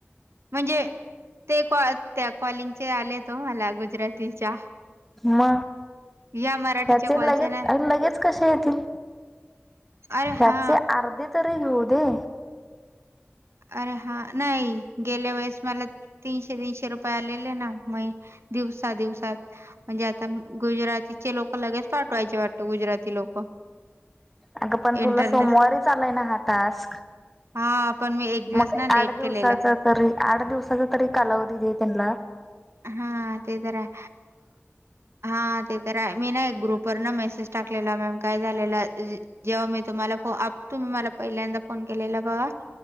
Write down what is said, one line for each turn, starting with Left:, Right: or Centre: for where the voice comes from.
Right: म्हणजे ते-कॉ त्या कॉलिंगचे आले तो मला गुजरातीच्या
Centre: म
Right: या मराठीच्या
Centre: ह्याचे
Right: कॉलचे
Centre: लगेच
Right: ना
Centre: आणि लगेच कसे येतील
Right: अरे
Centre: ह्याचे
Right: हा
Centre: अर्धे तरी येऊ दे
Right: अरे हा नाही गेल्या वेळेस मला तीनशे तीनशे रुपये आलेले ना मग दिवसा दिवसात म्हणजे आता गुजरातीचे लोक लगेच पाठवायचे वाटत गुजराती लोक <inaudible>
Centre: अगं पण तुला
Right: इंटरनल
Centre: सोमवारी च आलाय ना हा टास्क
Right: हा पण मी एक दिवस
Centre: मग
Right: ना लेट
Centre: आठ
Right: केलेलं
Centre: दिवसाचा तरी आठ दिवसाचा तरी कालावधी दे त्यांला
Right: हा ते तर हाय हा ते तर हाय मी ना एक ग्रुप वर ना मेसेज टाकलेला मॅम काय झालेला जेव्हा मी तुम्हाला तुम्ही मला पहिल्यांदा फोन केलेला बघा